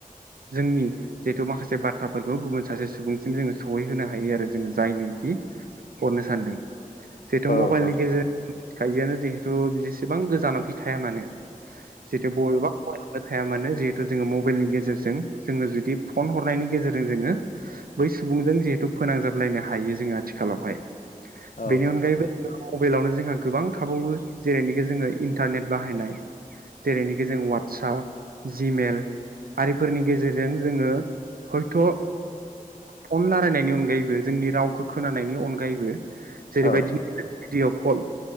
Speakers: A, on the right (about 80°); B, on the left (about 65°).
A: जोंनि जिहेथु माखासे बाथ्राफोरखौ गुबुन सासे सुबुंसिम जोङो सहैहोनो हायो आरो जोङो जायनोखि हरनो सानदों जिहेथु
B: औ
A: मबाइलनि गेजेर <inaudible> थाइजाआनो जिहेथु बिसेबां गोजानावखि थाया मानो जेथु बबेबा खनायाव थाया मानो जिहेथु जोङो मबाइलनि गेजेरजों गेजेरजों जोङो जुदि फन हरनायनि गेजेरजों जोङो बै सुबुंजों जिहेथु फोनांजाबलायनो हायो जोङो आथिखालावहाय
B: औ
A: बेनि अनगायैबो मबाइलावनो जोंहा गोबां थाबावो जेरैनिखि जोङो इन्टारनेट बाहायनाय जेरैनिखि जों वाट्सप जिमेल आरिफोरनि गेजेरजों जोङो हयथ' पन रायलायनायनि अनगायैबो जोंनि रावखौ खोनानायनि अनगायैबो जेरैबायदिनो
B: औ
A: <unintelligible> कल